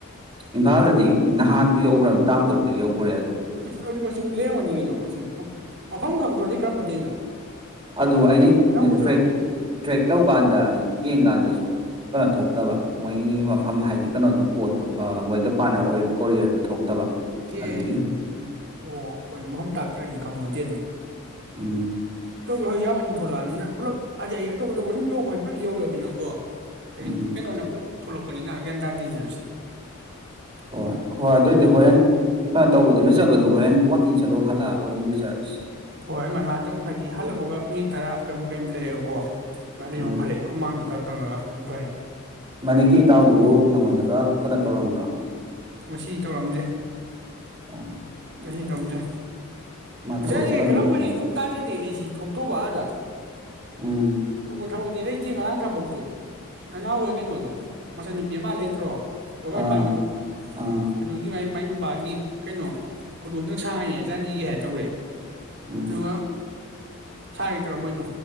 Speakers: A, on the right (about 25°); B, on the right (about 55°).
A: ꯏꯝꯐꯥꯜꯗꯗꯤ ꯅꯍꯥꯟꯕꯨ ꯌꯧꯒꯔꯃꯤ ꯇꯥꯡ ꯇꯔꯨꯛꯇ ꯌꯧꯒꯔꯦ
B: ꯑꯁ ꯑꯗꯨꯗꯤ ꯀꯛꯆꯤꯡ ꯂꯝꯒꯅꯤ ꯀꯩꯅꯣ ꯀꯥꯛꯆꯤꯡ ꯃꯐꯝ ꯈꯪꯗ꯭ꯔꯣꯅꯦ ꯀꯔꯝꯕꯗꯩꯅꯣ
A: ꯑꯗꯨ ꯑꯩꯅ
B: ꯑꯅꯧꯕꯗꯨꯔꯣ
A: ꯇ꯭ꯔꯦꯛ ꯇ꯭ꯔꯦꯛ ꯇꯧ ꯀꯥꯟꯗ ꯑꯩ ꯌꯦꯡ ꯀꯥꯟꯗꯁꯨ ꯀꯩꯅꯣ ꯊꯣꯛꯇꯕ ꯃꯣꯏ ꯃꯐꯝ ꯍꯥꯏꯗꯤ ꯀꯩꯅꯣꯗꯣ ꯄꯣꯠꯇꯨ ꯑ ꯃꯣꯏꯒ ꯄꯥꯅꯔ ꯑꯣꯏꯕ ꯀꯣꯔꯤꯌꯔꯗꯨ ꯊꯣꯛꯇꯕ
B: ꯀꯦ
A: ꯑꯗꯨꯒꯤ
B: ꯑꯣ ꯍꯣꯏꯅꯦ ꯃꯐꯝ ꯇꯥꯛꯇ꯭ꯔꯗꯤ ꯈꯪꯄꯣꯠꯇꯦꯅꯦ <inaudible>
A: ꯎꯝ
B: ꯑꯇꯧꯕ ꯌꯧꯃꯅꯤ ꯊꯣꯛꯂꯛꯑꯃꯤꯅ ꯄꯨꯂꯞ ꯑꯗꯩꯩ ꯑꯇꯣꯞ ꯑꯇꯣꯞꯄ ꯁꯨꯝ ꯌꯧꯕ ꯍꯩ ꯄꯨꯂꯞ ꯌꯧꯔꯕꯃꯤꯅꯀꯣ ꯑꯩ
A: ꯎꯝ
B: ꯀꯩꯅꯣꯅꯦ ꯄꯨꯂꯞ ꯊꯣꯛꯂꯛꯄꯅꯤꯅ ꯒ꯭ꯌꯥꯟ ꯇꯥꯗꯔ꯭ꯤꯅꯦꯗꯨꯁꯨ
A: ꯍꯣꯏ ꯍꯣꯏ ꯑꯗꯨꯑꯣꯏꯗꯤ ꯍꯣꯔꯦꯟ ꯀꯩꯅꯣ ꯇꯧꯕꯗꯣ ꯂꯨꯖꯕꯗꯨꯣ ꯍꯣꯔꯦꯟ ꯋꯥꯛꯀꯤꯡ ꯆꯠꯂꯨ ꯍꯜꯂꯛꯑꯒ ꯑꯣꯏꯅ ꯂꯨꯖꯔꯁꯦ
B: ꯍꯣꯏ ꯑꯃꯥꯏꯅ ꯉꯛꯇꯪ ꯍꯥꯏꯗꯤ ꯍꯜꯂꯛꯄꯒ ꯃꯤꯅꯤꯠ ꯇꯔꯥ ꯀꯩꯃꯥ ꯀꯩꯃꯥ ꯂꯩꯔꯒꯥ ꯑꯣ ꯍꯟꯗꯤꯌꯣ
A: ꯎꯝ
B: ꯐꯔꯦ ꯍꯨꯃꯥꯡꯗꯣ ꯈꯔ ꯀꯪꯉꯥꯒ ꯑꯗꯨ ꯐꯔꯅꯤ
A: ꯃꯅꯤꯡꯒꯤ ꯏꯇꯥꯎꯗꯨꯕꯨ ꯅꯪꯉꯣꯟꯗꯒ ꯀꯩꯅꯣ ꯇꯧꯔꯝꯕꯔꯣ
B: ꯉꯁꯤ ꯇꯧꯔꯛꯑꯝꯗꯦ
A: ꯑꯣ
B: ꯉꯁꯤ ꯇꯧꯗꯦ
A: ꯃꯥ
B: ꯉꯁꯥꯏꯗꯒꯤ
A: ꯊꯕꯛ ꯆꯠꯂꯝꯗꯧꯗꯤ
B: ꯈꯜꯂꯝꯕꯅꯦ
A: ꯃꯥꯜꯂꯦ
B: ꯅꯣꯡ ꯇꯥꯗ꯭ꯔꯗꯤ ꯑꯩꯁꯤ ꯊꯣꯛꯇꯧꯕ ꯑꯥꯗ
A: ꯎꯝ
B: ꯀꯨ ꯀꯨ ꯊꯥꯎ ꯗꯤ ꯂꯩꯇꯦ ꯉꯔꯥꯡ ꯊꯕꯛꯇꯨ ꯅꯅꯥꯎ ꯍꯣꯏ ꯀꯩꯅꯣꯗꯣ ꯃꯆꯟꯅꯨꯄꯤ ꯑꯃ ꯂꯩꯇ꯭ꯔꯣ ꯋꯥꯒꯥꯏ
A: ꯑꯥ
B: ꯄꯥꯟꯕꯗꯣ
A: ꯑꯥ
B: ꯑꯗꯨꯒꯤ ꯃꯥꯏ -ꯃꯥꯏ ꯅꯨꯞ꯫ ꯕꯥꯒꯤ ꯀꯩꯅꯣ ꯈꯨꯗꯣꯞꯇꯪ ꯁꯥꯡꯉꯅ‌ꯦ ꯆꯥꯟꯗꯤꯒꯤ ꯍꯥꯏ ꯇꯧꯔꯦ꯫
A: ꯎꯝ
B: ꯑꯗꯨꯒ꯫ ꯁꯥꯒ‌ꯦ ꯇꯧꯔꯃꫭꯏꯗꯨ